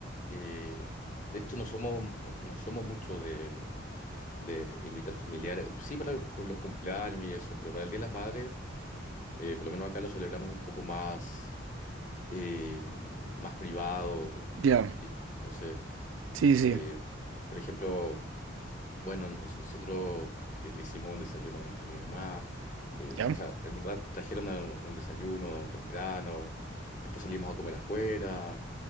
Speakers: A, on the left (about 40°); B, on the right (about 80°).
A: eh, de hecho, no somos, no somos mucho de, de invitar familiares, sí para con los cumpleaños y eso, pero para el Día de las Madres, eh, por lo menos acá lo celebramos un poco más, eh, más privado y,
B: Ya.
A: y ¿viste? Entonces,
B: Sí, sí.
A: eh, por ejemplo, Bueno, nos- nosotros le, le hicimos un desayuno a mi, a mi mamá. eh,
B: Ya.
A: o sea, en verdad trajeron a- un desayuno temprano. Después salimos a comer afuera.